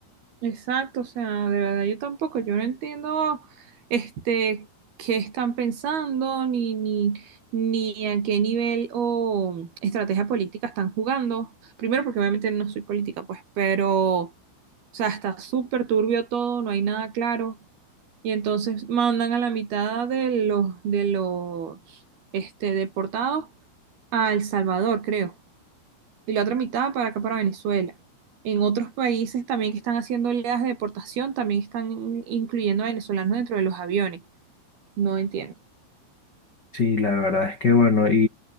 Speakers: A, on the right (about 50°); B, on the left (about 30°).
A: Exacto, o sea, de verdad yo tampoco, yo no entiendo este qué están pensando, ni, ni, ni a qué nivel o estrategia política están jugando. Primero, porque obviamente no soy política, pues, pero, o sea, está súper turbio todo, no hay nada claro. Y entonces mandan a la mitad de los, de los este, deportados a El Salvador, creo y la otra mitad para acá, para Venezuela. En otros países también que están haciendo oleadas de deportación, también están in- incluyendo a venezolanos dentro de los aviones. No entiendo.
B: Sí, la verdad es que bueno,